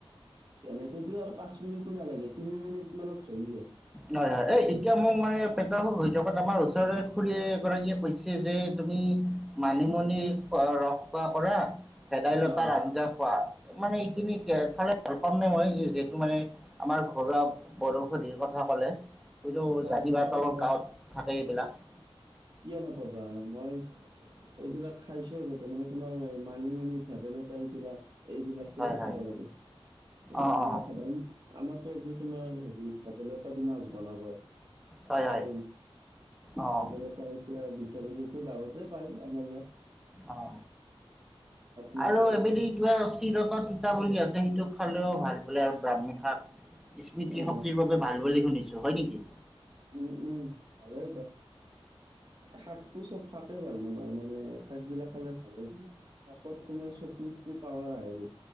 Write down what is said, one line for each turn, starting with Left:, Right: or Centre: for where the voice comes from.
Right: এনেকেত আৰু পাঁচ মিনিটো নালাগে তিনি মিনিট মানত হৈ যায়।
Centre: হয় হয় এ এতিয়া মোক মানে পেটৰ হৈ থকাত আমাৰ ওচৰৰে খুুৰী এ গৰাকীয়ে কৈছে, যে তুমি মানিমুনি ৰস খোৱা কৰা ভেদাইলতাৰ
Right: অ
Centre: আঞ্জা খোৱা মানে এইখিনি খালে পাম নাই মই যিহেতু মানে আমাৰ ঘৰুৱা বৰষধিৰ কথা ক'লে। এইতো
Right: অ
Centre: জানিবা
Right: পাবা
Centre: তলৰ
Right: পাবা
Centre: গাঁৱত থাকে এইবিলাক।
Right: কিয় নাপাবা মই এইবিলাক খাইছ গতে মানে তোমাৰ মানি মুনি, ভেদাইল লতা এইবিলাক এইবিলাক
Centre: হয়
Right: টো
Centre: হয়
Right: খাব লাগে, তোমাৰ
Centre: অঁ
Right: এইবিলাক
Centre: অঁ
Right: খাব আমাৰতো আজি তোমাৰ হেৰি ভেদাইল লতা দি মাছ বনাব।
Centre: হয়
Right: <unintelligible>
Centre: হয়
Right: বিচাৰী
Centre: অঁ
Right: গৈছে গাঁৱতে পায় আমাৰ ই
Centre: অ'
Right: মানে
Centre: আৰু এবিধ কিবা চিৰতা বুলি আছে সেইটো খালেও ভাল বোলে আৰু ব্ৰাহ্মিণ শাক স্মৃতি
Right: অ
Centre: শক্তিৰ বাবে ভাল বুলি শুনিছো। হয় নেকি?
Right: উম, উম ভালে শাকটো চব শাকেই ভাল তোমাৰ মানে শাক বিলাক খালে ভাল হয়। শাকত তোমাৰ চকুৰটো পাৱাৰ আহ